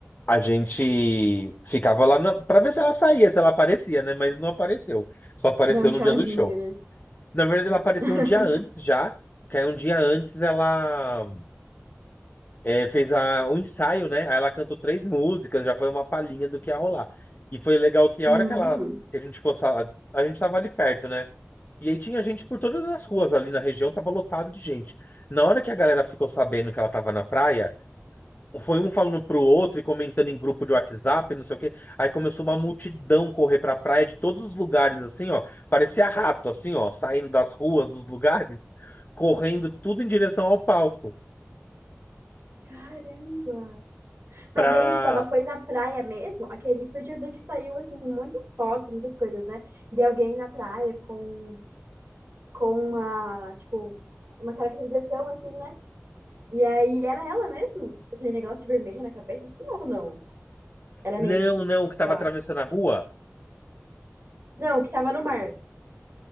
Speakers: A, on the left (about 40°); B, on the right (about 55°).
A: a gente ficava lá na... para ver se ela saía, se ela aparecia, né? Mas não apareceu. Só apareceu
B: Dá um tchauzinho,
A: no dia do show.
B: né?
A: Na verdade, ela apareceu
B: <laughs>
A: um dia antes já. Que aí um dia antes ela é, fez a, um ensaio, né? Aí ela cantou três músicas, já foi uma palhinha do que ia rolar. E foi legal que
B: Hum,
A: a hora que ela que a gente ficou, sa- a gente tava ali perto, né? E aí tinha gente por todas as ruas ali na região, tava lotado de gente. Na hora que a galera ficou sabendo que ela tava na praia, foi um falando pro outro e comentando em grupo de WhatsApp, não sei o quê. Aí começou uma multidão correr pra praia de todos os lugares, assim, ó. Parecia rato, assim, ó, saindo das ruas, dos lugares, correndo tudo em direção ao palco.
B: caramba.
A: Pra.
B: Mas aí, tipo, ela foi na praia mesmo, aquele, porque eu vi que saiu, assim, muitas fotos, muitas coisas, né? De alguém na praia com, com uma, tipo, uma caracterização, assim, né? E aí, era ela mesmo? Tipo, Aquele negócio vermelho na cabeça, assim, ou não? Era
A: Não,
B: meme,
A: não, que tava
B: sei lá.
A: atravessando a rua.
B: Não, o que tava no mar.